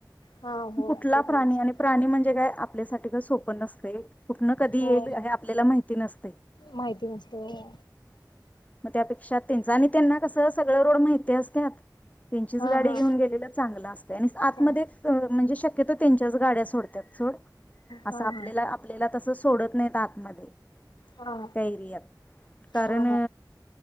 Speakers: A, on the left (about 80°); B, on the left (about 20°).
A: हा हो
B: कुठला
A: ते पण
B: प्राणी
A: असं
B: आणि प्राणी म्हणजे काय? आपल्यासाठी का सोपन नसतंय कुठन कधी
A: हो
B: येईल हे आपल्याला माहि ते नसतय
A: माहिती नसतय होय.
B: मग त्यापेक्षा त्यांच आणि त्यांना कसं सगळं रोड माहित ते असत्यात त्यांचीच
A: हा
B: गाडी
A: हा
B: घेऊन गेलेलं चांगलं असतय आणि आतमध्ये
A: हा
B: म्हणजे शक्यतो त्यांच्याच गाड्या सोडत्यात सोड असं
A: हा हा
B: आपल्याला आपल्याला तस सोडत नाहीत आतमध्ये
A: हा हा हा
B: त्या एरियात कारण
A: हा